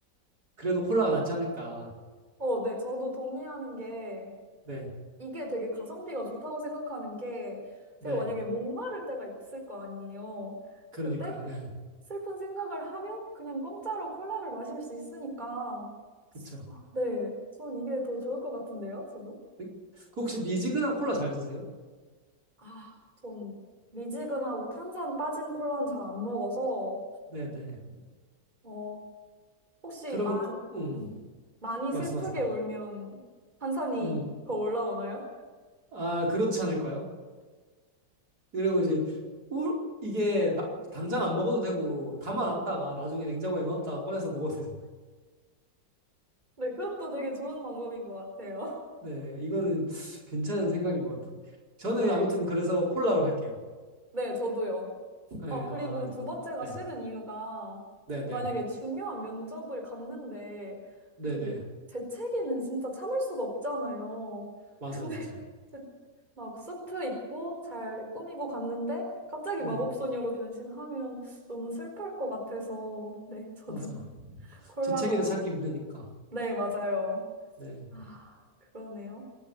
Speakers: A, on the right (about 55°); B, on the right (about 25°).
A: 그래도 콜라가 낫지 않을까.
B: 어, 네, 저도 동의하는 게
A: 네,
B: 이게 되게 가성비가 좋다고 생각하는 게
A: 네,
B: 제가 만약에 목마를 때가 있을 거 아니에요.
A: 그러니까요.
B: 그때
A: 예,
B: 슬픈 생각을 하면 그냥 공짜로 콜라를 마실 수 있으니까
A: 그쵸.
B: 아, 네, 전 이게 더 좋을 것 같은데요, 저도?
A: 네? 그 혹시 미지근한 콜라 잘 드세요?
B: 아, 전 미지근하고 탄산 빠진 콜라는 잘 안 먹어서,
A: 네, 네.
B: 어, 혹시
A: 그러면
B: 만,
A: 꼭, 음,
B: 음, 많이
A: 말씀하세요.
B: 슬프게 울면 한산이
A: 음,
B: 더 올라오나요?
A: 아, 그렇지 않을까요? 그리고 이제 우, 이게 나- 당장 안 먹어도 되고 담아놨다가 나중에 냉장고에 넣었다가 꺼내서 먹어도 되잖아요.
B: 네, 그것도 되게 좋은 방법인 것 같아요. <laughs>
A: 네, 이거는 <sniffs> 괜찮은 생각인 것 같은데. 저는
B: 네,
A: 아무튼 그래서 콜라로 할게요.
B: 네, 저도요.
A: 네,
B: 아, 그리고
A: 아,
B: 두 번째가
A: 네,
B: 싫은 이유가
A: 네, 네.
B: 만약에 중요한 면접을 갔는데
A: 네네.
B: 그 재채기는 진짜 참을 수가 없잖아요.
A: 맞아요,
B: 근데 <laughs>
A: 맞아요.
B: 제- 막 수트 입고 잘 꾸미고 갔는데 갑자기
A: 음,
B: 마법소녀로 변신하면 너무 슬플 것 같아서 네, 저도
A: 맞아.
B: <laughs> 콜라로.
A: 제 책에는 찾기 힘드니까.
B: 네, 맞아요.
A: 네,
B: 아, 그러네요.